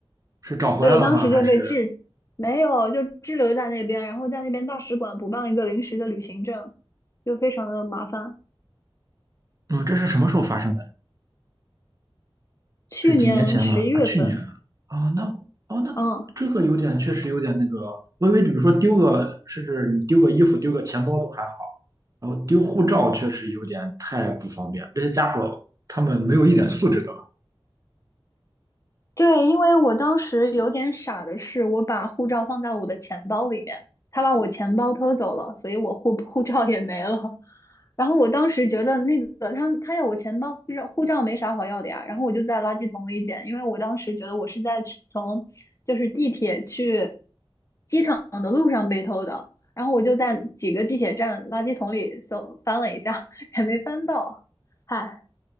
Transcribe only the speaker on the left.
对，当时就被滞，
没有，就滞留在那边，然后在那边大使馆补办了一个临时的旅行证，就非常的麻烦。
去年十一月份，
嗯，
对，因为我当时有点傻的是，我把护照放在我的钱包里面，他把我钱包偷走了，所以我护 <laughs> 护照也没了。然后我当时觉得那个他他要我钱包护照护照没啥好要的呀，然后我就在垃圾桶里捡，因为我当时觉得我是在去从就是地铁去机场的路上被偷的，然后我就在几个地铁站垃圾桶里搜翻了一下，<laughs> 也没翻到。嗨，